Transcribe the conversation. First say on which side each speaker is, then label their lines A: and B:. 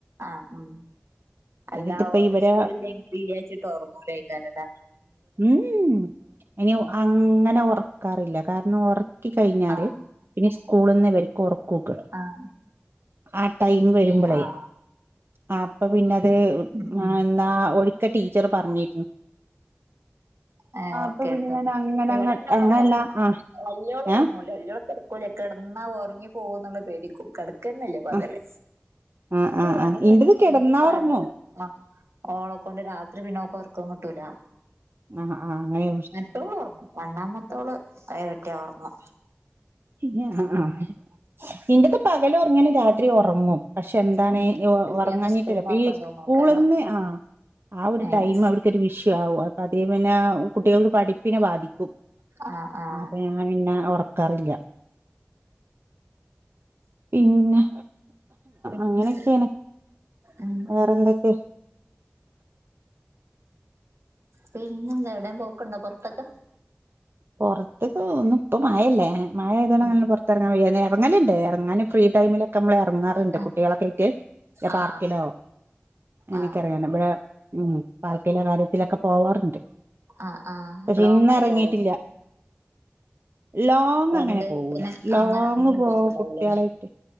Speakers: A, on the right; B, on the right.
A: ആഹ് ഉം അല്ല
B: ഇതിപ്പോ
A: ഓരോ
B: ഇവരെ
A: സ്കൂളിലങ്കി ല്ലവിചാരിച്ചിട്ട് ഓർങ്ങൂലയ്ക്കാരലെ
B: ഉം ഇനി അങ്ങനെ ഉറക്കാറില്ല കാരണം ഉറക്ക കഴിഞ്ഞാല്
A: ആഹ്
B: പിന്നെ സ്കൂളിൽ നിന്ന് ഇർക്ക് ക്കൂക്കാണ്
A: ആഹ്
B: ആ ടൈമ് വരുമ്പളേയ്
A: ആഹ്
B: ആ അപ്പ പിന്നത്
A: ഉം ഉം
B: എന്താ ഒരുക്കെ ടീച്ചറ് പറഞ്ഞിരുന്നു
A: ഏഹ്
B: അപ്പൊ
A: ഓർക്കരുത്ന്നോ
B: പിന്നെ ഞാൻ അങ്ങനെ
A: ഇവിടെന്റെ
B: അങ്ങ അങ്ങനല്ല
A: മോള് ഒറങ്ങും
B: ആ
A: വല്ലിയോള്
B: ഏ
A: ഉറങ്ങൂല്ല വല്യോർക്ക് ഓല് കിടന്നാ ഉറങ്ങി പോകോന്നുള്ള പേടിക്കും കെടക്കാ ഓർക്കന്നെ ല്യ പകല്
B: ആ ആ ആ
A: ഇന്ക് പകലൊറങ്ങിയാ
B: ആ ഇന്റത് കിടന്നാ
A: ഭയങ്കര പാടാണ്
B: ഉറങ്ങും
A: ആഹ് ഓളക്കൊണ്ട് രാത്രി പിന്നെ ഉറക്കം കിട്ടൂല
B: ആഹ് ആഹ് അങ്ങനെയ
A: മറ്റോള് ഓർങ്ങും രണ്ടാമത്തോള് അയവറ്റിയ ഓർങ്ങും
B: ഇല്ല ആഹ് ആഹ് ഇന്റെത് പകൽ ഒറങ്ങിയാലും രാത്രി ഒറങ്ങും പക്ഷെ എന്താണ്
A: ഉം പിറ്റേന്ന്
B: ഉറങ്ങഞ്ഞിട്ടില്ല
A: സ്കൂൾന്ന്
B: അപ്പൊ
A: ഉറക്കം
B: ഈ സ്കൂളന്ന്
A: തൂങ്ങും ആക്കാരം
B: ആഹ് ആ ഒരു
A: ഏഹ്
B: ടൈം അവിടുത്തെ ഒരു വിഷ്യ ആവും അപ്പൊ അതേ പിന്നെ കുട്ടികൾക്ക് പഠിപ്പിനെ ബാധിക്കും
A: ആഹ് ആഹ്
B: അപ്പൊ ഞാൻ പിന്നെ ഉറക്കാറില്ല പിന്നെ
A: പിന്നെ
B: അങ്ങനെയൊക്കെണ്
A: ഉം
B: വേറെന്തൊക്കെ
A: പിന്നെന്താ എവിടെയും പോക്ക്ണ്ടോ പോർത്തൊക്കെ
B: പുറത്തക്ക ഒന്നും പ്പ മയല്ലേ മഴയതങ്ങനെ
A: ഉം
B: പുറത്തെറങ്ങാൻ വയ ഇറങ്ങലുണ്ട് ഇറങ്ങാൻ ഫ്രീ ടൈമിലൊക്കെ നമ്മൾ ഇറങ്ങാറുണ്ട്
A: ആഹ്
B: കുട്ടികളൊക്കെ ആയിട്ട്
A: ആഹ്
B: പാർക്കിലോ- എനിക്ക
A: ആഹ്
B: അറിയാണ് ഇവിടെ ഉം പാർക്കിലെ കാര്യത്തിലൊക്കെ പോവാറുണ്ട്-
A: ആഹ് ആഹ്
B: പക്ഷെ
A: ലോങ്
B: ഇന്ന്
A: ആയി
B: ഇറങ്ങിയിട്ടില്ല
A: പോയോ
B: ലോങ്
A: രണ്ട്ത്തിന്
B: അങ്ങനെ പോകൂല ലോങ്
A: അങ്ങ അങ്ങനെ
B: പോവും
A: പോക്കുണ്ടാവലേ
B: കുട്ടികളായിട്ട്